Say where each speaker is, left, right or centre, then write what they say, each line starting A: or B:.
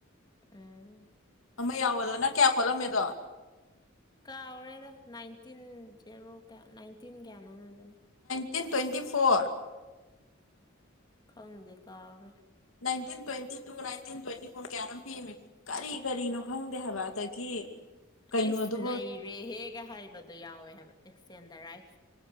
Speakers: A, on the left; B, on the left.
A: ꯎꯝ
B: ꯑꯃ ꯌꯥꯎꯕꯗ ꯅꯪ ꯀꯌꯥ ꯈꯣꯠꯂꯝꯃꯦꯗꯣ
A: ꯀꯥꯥꯎꯔꯦꯗ ꯅꯥꯏꯟꯇꯤꯟ ꯖꯦꯔꯣꯌꯥ ꯅꯥꯏꯟꯇꯤꯟ ꯀꯌꯥꯅꯣ ꯑꯣꯏꯕꯅꯤ
B: ꯑꯩꯠꯇꯤꯟ ꯇ꯭ꯋꯦꯟꯇꯤ ꯐꯣꯔ
A: ꯇꯪꯗ ꯀꯥꯔ
B: nineteen twenty two nineteen twenty four ꯀꯌꯥꯅꯣꯝ ꯄꯤꯃꯦ ꯀꯔꯤ ꯀꯔꯤꯅꯣ ꯈꯪꯗꯦ ꯍꯥꯏꯕ ꯑꯗꯒꯤ ꯀꯩꯅꯣꯗꯨꯕꯨ
A: ꯏꯁ ꯅꯩꯔꯦꯍꯦꯒ ꯍꯥꯏꯕꯗꯨꯣ ꯌꯥꯎꯋꯦꯕ ꯑꯦꯛꯁꯦꯟꯗꯔꯥꯏꯁ